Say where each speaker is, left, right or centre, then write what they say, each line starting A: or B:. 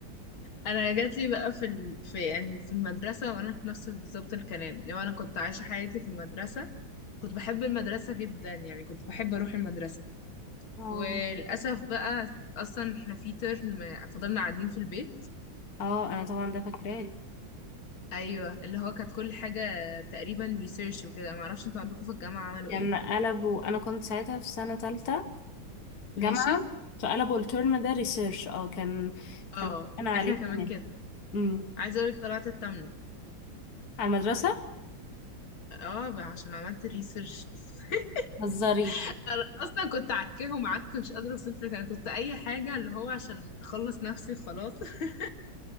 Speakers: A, on the left (about 80°); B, on the left (about 50°).
A: انا جات لي بقى في ال... في يعني في المدرسة وانا في نفس بالظبط الكلام لو انا كنت عايشة حياتي في المدرسة كنت بحب المدرسة جدا يعني كنت بحب اروح المدرسة
B: اه
A: وللأسف بقى أصلا احنا في ترم فضلنا قاعدين في البيت
B: اه انا طبعا ده فاكراه
A: أيوة اللي هو كانت كل حاجة تقريبا ريسيرش وكده معرفش انتوا عندكم في الجامعة عملوا
B: كان
A: ايه
B: قلبوا انا كنت ساعتها في سنه تالتة جامعه
A: ماشي
B: فقلبوا الترم ده ريسيرش اه كان
A: اه
B: كان انا عليه
A: احنا كمان
B: زمان
A: كده
B: امم
A: عايزة اقولك طلعت التامنة
B: على المدرسه
A: اه بقى عشان عملت ريسيرش <laughs>
B: هزاري
A: انا اصلا كنت عكهم عك مش قادره اوصف لك انا كنت اي حاجه اللي هو عشان اخلص نفسي خلاص <laughs>